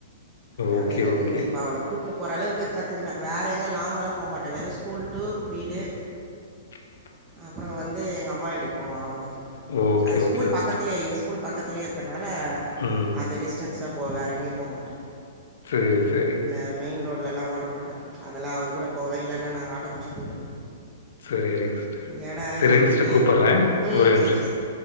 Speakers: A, on the right (about 20°); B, on the left (about 65°).
A: நானே
B: ஓகே,
A: கத்துக்குனு
B: ஓகே.
A: இப்போ அவள கூட்னு இப்போரளவுக்கு கத்துக்குன வேற எங்க லாங்காலா போமாட்டே வெறு ஸ்கூல் டூ வீடு
B: <inaudible>
A: அப்பற வந்து எங்கம்மா வீட்டுக்கு போவ அவ்ளோதா
B: ஓகே,
A: அது ஸ்கூல்
B: ஓகேங்க
A: பக்கத் பக்கத்திலே
B: சிஸ்டர். ஆ.
A: இவ ஸ்கூல் பக்கத்திலயே இருக்கனால
B: ம்.
A: அந்த டிஸ்டன்ஸ போவ வேற எங்கயு போமாட்டே
B: சரி, சரி.
A: ஆ மெயின் ரோட் லலா ஓட்ட மாட்டே அதெல்லா அவர் கூட போவே இல்லன்னா நாங்க ஆட்டோ புடிச்சி போவோ
B: சரிங்க சிஸ்டர்.
A: ஏனா
B: சரிங்க
A: இந்த
B: சிஸ்டர்
A: இயர்
B: கூப்பிடுறேன்.
A: ம்
B: ஒரே நிமிஷம்.
A: சேரி சேரி